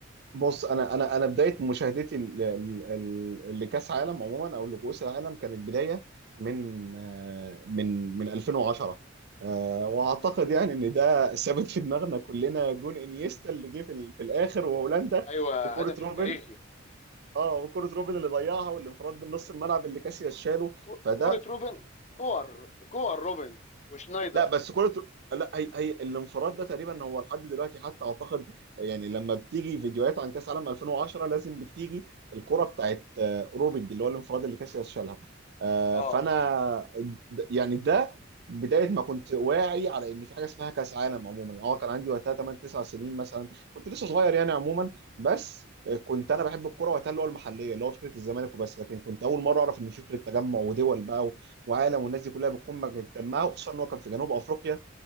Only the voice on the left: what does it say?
مم.
ايوه
هدف
التاريخي ك-
ك-
ك-
كوره روبن كور كور روبن وشنايدر
اه